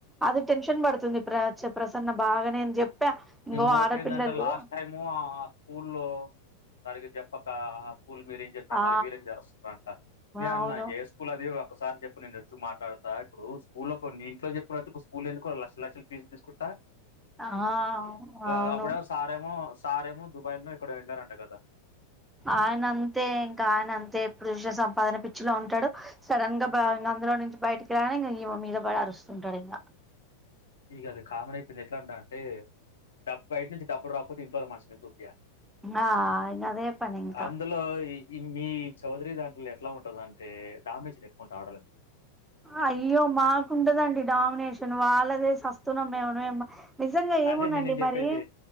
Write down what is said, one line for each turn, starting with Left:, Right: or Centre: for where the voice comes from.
Centre: అది టెన్షన్ పడుతుంది ప్ర ప్రసన్న బాగా నేను చెప్పా ఇంగో
Left: ఇంకోటి
Centre: ఆడపిల్లలు
Left: ఏంటంటే లాస్ట్ టైము ఆ స్కూల్లో సరిగా చెప్పక స్కూల్ మీరు ఏం చెప్పినారు
Centre: ఆ
Left: మళ్ళీ వీలుమి జేరస్తురంట నేన్న
Centre: అవును
Left: స్కూల్ అది ఒకసారి చెప్పు నేను వచ్చి మాట్లాడతా ఇప్పుడు స్కూల్లో కొన్ని ఇంట్లో చెప్పినయితే స్కూలో ఎందుకు లక్ష లక్షలు ఫీస్ తీసుకుంట
Centre: ఆ
Left: ఆ
Centre: అవును
Left: అప్పుడేమో సారేమో దుబాయ్లోో ఏక్కడో వెళ్ళారంట కదా
Centre: ఆయన అంతే ఇంకా ఆయన అంతే ఎప్పుడు చూశిన సంపాదన పిచ్చిలో ఉంటాడు సడన్ గా బా ఇంగ అందులో నుంచి బయటకి రానే ఇంగ ఈ మే మీద పడి అరుస్తుంటాడు ఇంగ
Left: ఇగ అది కామన్ అయిపోయింది ఎట్లా అ అంటే డబ్బ బైట్ నుంచి డబ్బు రాకపోతే ఇంట్లోల్ల మనిషినుంచి దొబ్బియ్యాలె
Centre: ఆ ఇంగ అదే పని ఇంకా
Left: అందులో ఈ మీ చౌదరి దాంట్లో ఎట్లా ఉంటంది అంటే డామినేషన్ ఎక్కువ ఉంటది ఆడోళ్ళకు
Centre: అయ్యో మాకుండదండి డామినేషన్ వాళ్ళదే సస్తున్నాం ఏమనో ఏమో నిజంగా ఏమో
Left: అదే
Centre: నండిమరి
Left: నేనేం చెప్పేది